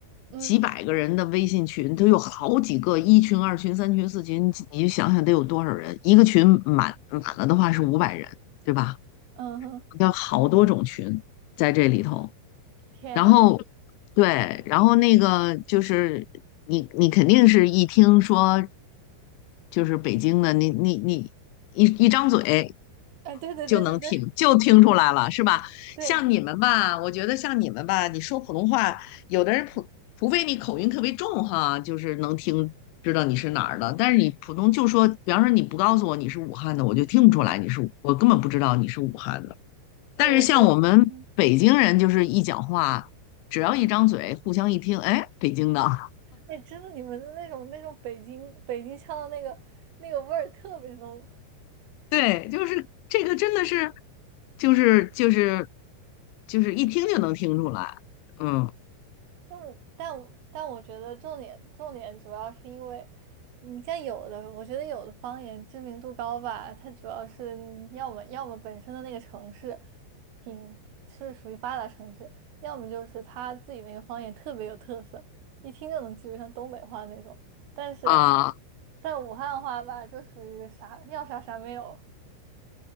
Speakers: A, on the right; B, on the left.
A: 嗯
B: 几百个人的微信群，都有好几个一群、二群、三群、四群，你就想想得有多少人？一个群满满了的话是五百人，对吧？
A: 嗯哼，
B: 有好多种群在这里头，
A: 天，
B: 然后对，然后那个就是你你肯定是一听说就是北京的，你你你一一张嘴。
A: 哎，对对对对对
B: 就能听就听出来了，是吧？
A: 对，
B: 像你们吧，我觉得像你们吧，你说普通话，有的人普除非你口音特别重哈，就是能听知道你是哪儿的，但是你普通就说，比方说你不告诉我你是武汉的，我就听不出来你是，
A: 嗯，
B: 我根本不知道你是武汉的。
A: 哎，
B: 但是像我们北京人，
A: 我觉得。嗯。
B: 就是一讲话，只要一张嘴，互相一听，哎，北京的，
A: 哎，真的，你们的那种那种北京北京腔的那个那个味儿特别浓，
B: <laughs> 对，就是这个真的是，就是就是就是一听就能听出来，嗯
A: 但我但我但我觉得重点重点主要是因为你像有的，我觉得有的方言知名度高吧，它主要是要么要么本身的那个城市挺是属于发达城市，要么就是他自己那个方言特别有特色，一听就能记住像东北话那种。但是
B: 啊。
A: 但武汉话吧，就属于啥要啥啥没有，